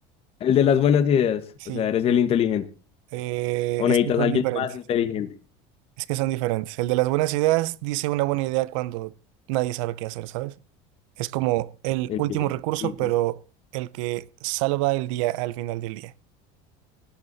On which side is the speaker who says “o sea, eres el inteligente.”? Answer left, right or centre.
Left